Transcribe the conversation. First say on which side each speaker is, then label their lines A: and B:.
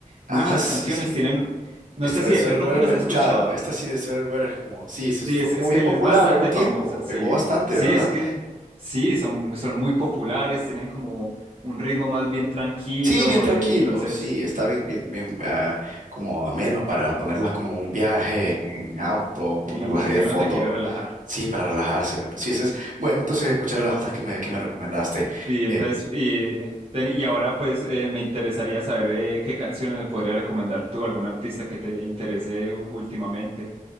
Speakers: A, on the right (about 65°); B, on the right (about 45°).
A: Ah,
B: muchas
A: sí,
B: canciones,
A: sí.
B: tienen, no
A: Esta
B: sé
A: de
B: si
A: Sweater
B: de pronto
A: Weather
B: las
A: la he escuchado.
B: has escuchado.
A: Esta sí de Sweater Weather es como, sí, se
B: Sí,
A: fue
B: es,
A: como
B: es
A: bien
B: que él
A: popular
B: es bastante
A: en un tiempo,
B: famosa, sí.
A: pegó bastante,
B: Sí,
A: ¿verdad?
B: es que sí, son, son muy populares, tienen como un ritmo más bien tranquilo,
A: Sí, bien tranquilo,
B: eh, entonces,
A: sí, está bien, bien, bien, ah, como ameno para ponerlas como en un viaje en auto,
B: sí,
A: ponerlas ahí
B: si
A: de fondo.
B: uno se quiere relajar.
A: Sí, para relajarse. me- Sí, ese es, bueno, entonces escucharé las otras que me, que me recomendaste.
B: Sí, entonces,
A: Eh,
B: y, ten- y ahora pues eh, me interesaría saber eh, qué canciones me podría recomendar tú, algún artista que te interese u- últimamente.